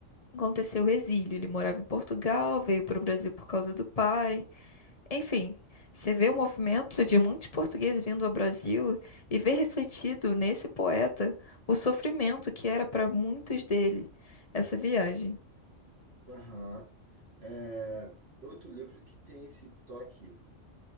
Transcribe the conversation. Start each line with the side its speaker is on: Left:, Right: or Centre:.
Left: aconteceu o exílio. Ele morava em Portugal, veio para o Brasil por causa do pai. Enfim, você vê o movimento de muitos portugueses vindo ao Brasil e vê refletido nesse poeta o sofrimento que era para muitos dele essa viagem.
Right: Aham. É, outro livro que tem esse toque.